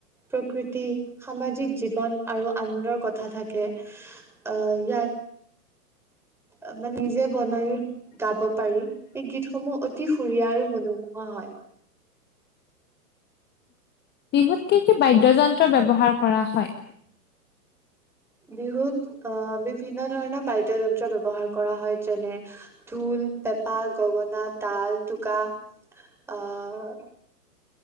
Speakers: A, in the centre; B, on the left.
A: প্ৰকৃতি, সামাজিক জীৱন আৰু আনন্দৰ কথা থাকে। আহ ইয়াত মানে নিজে বনাই গাব পাৰি, এই গীতসমূহ অতি সুৰীয়া আৰু মনোমোহা হয়।
B: বিহুত কি-কি বাদ্যযন্ত্ৰ ব্যৱহাৰ কৰা হয়?
A: বিহুত আহ বিভিন্ন ধৰণৰ বাদ্যযন্ত্ৰ ব্যৱহাৰ কৰা হয় যেনে ঢোল, পেঁপা, গগনা, তাল, টোকা, আহ